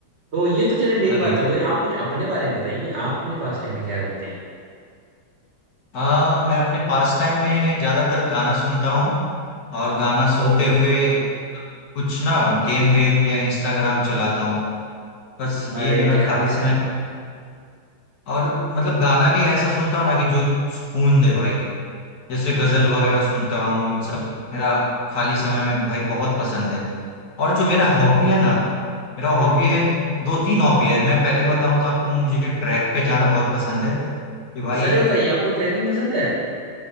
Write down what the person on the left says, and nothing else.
अरे
वाह
हाँ मैं अपने पास टाइम में ज्यादातर गाना सुनता हूँ और गाना सुनते
हुए कुछ ना गेम वेम या इंस्टाग्राम चलाता हूँ बस ये
मेरा
खाली
समय
और मतलब गाना भी ऐसा सुनता हूँ ना कि जो सुकून दे भाई जैसे गजल वगैरह
सुनता हूँ इन सब मेरा खाली समय में भाई बहुत पसंद है और जो मेरा हॉबी
है ना
मेरा हॉबी
है दो तीन हॉबी है मैं पहले बताऊं तो आपको मुझे ट्रैक पे जाना बहुत पसंद है कि भाई